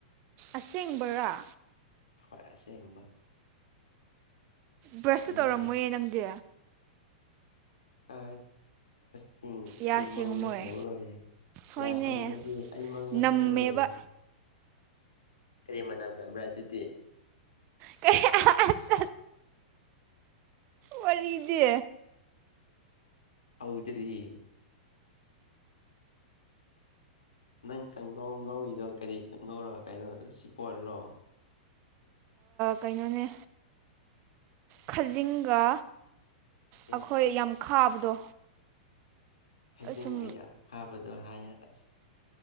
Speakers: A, on the right (about 35°); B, on the left (about 70°).
A: ꯑꯁꯦꯡꯕꯔꯥ
B: ꯍꯣꯏ ꯑꯁꯦꯡꯕ
A: ꯕ꯭ꯔꯁꯁꯨ
B: ꯅꯠꯇ꯭ꯔꯁꯨ
A: ꯇꯧꯔꯝꯃꯣꯏꯌꯦ ꯅꯪꯗꯤ
B: ꯀ ꯁꯤꯡ
A: ꯌꯥ
B: ꯑꯩ
A: ꯁꯦꯡꯉꯝꯃꯣꯏ
B: ꯃꯪꯗ ꯇꯧꯍ ꯂꯣꯏꯔꯦ
A: ꯍꯣꯏꯅꯦ
B: ꯌꯥ ꯁꯪꯕꯗꯤ ꯑꯩ ꯃꯪꯗ
A: ꯅꯝꯃꯦꯕ
B: ꯁꯪ ꯂꯣꯏꯔꯦ ꯀꯔꯤ ꯃꯅꯝ ꯅꯝꯕ꯭ꯔꯥ ꯑꯗꯨꯗꯤ
A: ꯀ <unintelligible> ꯋꯥꯔꯤꯗꯤ
B: ꯍꯥꯎꯗ꯭ꯔꯔꯤ ꯅꯪ ꯀꯥꯡꯉꯧ ꯀꯧꯏꯗꯣ ꯀꯔꯤ ꯀꯥꯡꯪꯉꯧꯔꯣ ꯀꯩꯅꯣꯗ ꯁꯤꯄꯣꯜꯂꯣ
A: ꯀꯩꯅꯣꯅꯦ ꯈꯥꯖꯤꯡꯒ
B: ꯑꯦꯁ
A: ꯑꯩꯈꯣꯏ ꯌꯥꯝ ꯈꯥꯕꯗꯣ
B: ꯈꯖꯤꯡꯒ
A: ꯁꯨꯝ
B: ꯍꯥꯥꯕꯗꯣ ꯍꯥꯏꯑꯁ